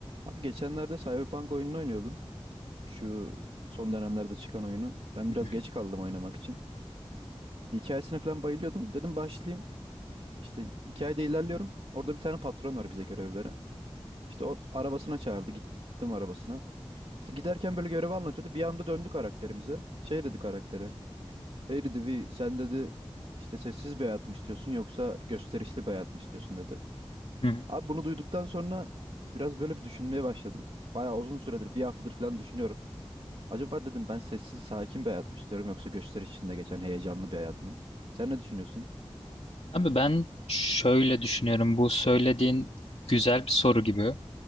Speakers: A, on the right; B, on the left.
A: Abi geçenlerde Cyberpunk oyununu oynuyordum. Şu son dönemlerde çıkan oyunu. Ben
B: Hı
A: biraz
B: hı.
A: geç kaldım oynamak için. İşte hikayesine falan bayılıyordum. Dedim başlayayım. İşte hikayede ilerliyorum. Orada bir tane patron var bize görevi veren. İşte o arabasına çağırdı. Gittim arabasına. İşte giderken böyle görevi anlatıyordu. Bir anda döndü karakterimize. Şey dedi karaktere. Hey dedi "Vi, sen dedi işte sessiz bir hayat mı istiyorsun yoksa gösterişli bir hayat mı istiyorsun dedi.
B: Hı hı.
A: Abi bunu duyduktan sonra biraz böyle bir düşünmeye başladım. Bayağı uzun süredir bir haftadır falan düşünüyorum. Acaba dedim ben sessiz sakin bir hayat mı istiyorum yoksa gösteri içinde geçen heyecanlı bir hayat mı? Sen ne düşünüyorsun?
B: Abi ben şöyle düşünüyorum. Bu söylediğin güzel bir soru gibi.